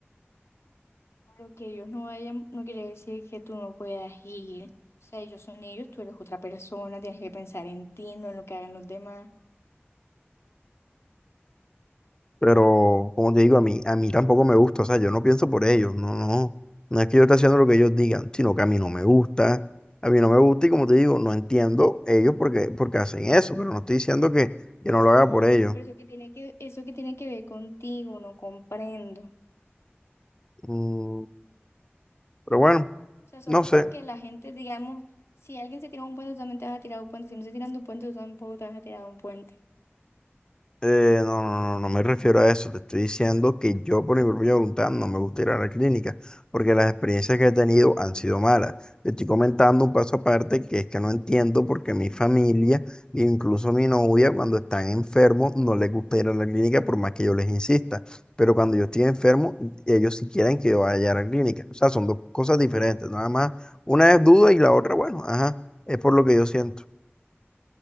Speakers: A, on the left (about 75°); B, on the left (about 20°).
A: Lo que ellos no vayan, no quiere decir que tú no puedas ir. O sea, ellos son ellos, tú eres otra persona, tienes que pensar en ti, no en lo que hagan los demás.
B: Pero, como te digo, a mí, a mí tampoco me gusta, o sea, yo no pienso por ellos, no, no, no es que yo esté haciendo lo que ellos digan, sino que a mí no me gusta, a mí no me gusta y como te digo, no entiendo ellos porque, porque hacen eso, pero no estoy diciendo que yo
A: Pero,
B: no lo
A: ajá,
B: haga por ellos.
A: pero eso que tiene que, eso que tiene que ver contigo, no comprendo.
B: Mm, pero bueno,
A: O sea, solo
B: no sé,
A: porque la gente, digamos, si alguien se tira de un puente, tú también te vas a tirar de un puente. Si no se tiran de un puente, tú tampoco te vas a tirar de un puente.
B: Eh, no, no, no, no me refiero a eso. Te estoy diciendo que yo por mi propia voluntad no me gusta ir a la clínica porque las experiencias que he tenido han sido malas. Te estoy comentando un paso aparte que es que no entiendo por qué mi familia, e incluso mi novia, cuando están enfermos no les gusta ir a la clínica por más que yo les insista. Pero cuando yo estoy enfermo, ellos sí quieren que yo vaya a la clínica. O sea, son dos cosas diferentes. Nada más, una es duda y la otra, bueno, ajá, es por lo que yo siento.